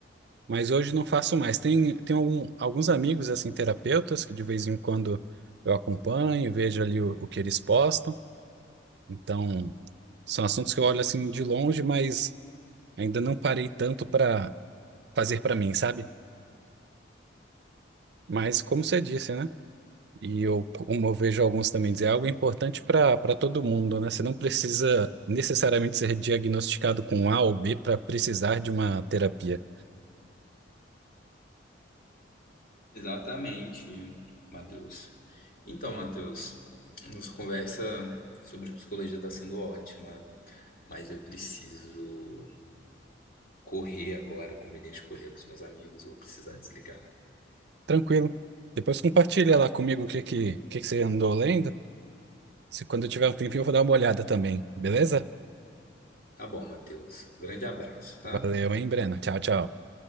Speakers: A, on the right; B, on the left.
A: mas hoje não faço mais. Tem, tem algum- alguns amigos, assim, terapeutas, que de vez em quando eu acompanho, vejo ali o o que eles postam. Então, são assuntos que eu olho assim de longe, mas ainda não parei tanto para fazer para mim, sabe? Mas como você disse, né? E eu, como eu vejo alguns também dizer, é algo importante para para todo mundo, né? Você não precisa necessariamente ser diagnosticado com A ou B para precisar de uma terapia.
B: Exatamente, Matheus. Então, Matheus, nossa conversa sobre psicologia está sendo ótima, mas eu preciso correr agora, eu combinei de correr com os meus amigos, vou precisar desligar.
A: Tranquilo. Depois compartilha lá comigo o que que, o que que você andou lendo. Se quando eu tiver um tempinho, eu vou dar uma olhada também, beleza?
B: Tá bom, Matheus. Grande abraço, tá?
A: Valeu, hein, Brena? Tchau, tchau.